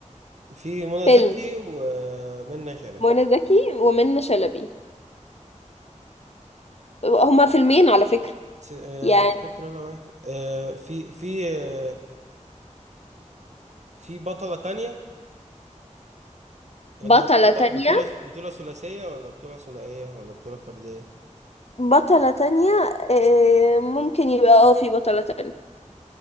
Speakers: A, on the right; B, on the left.
A: فيه منى
B: فيلم
A: زكي ومنى شلبي
B: منى زكي ومنى شلبي هما فيلمين على فكره
A: س- يعني
B: يعني
A: مش فاكر ولا واحد آه في في آه في بطلة تانية يعني
B: بطلة
A: هو بطولة
B: تانية
A: بطولة بطولة ثلاثية ولا بطولة ثنائية ولا بطولة فردية
B: بطلة تانية آه، ممكن يبقى اه في بطلة تانية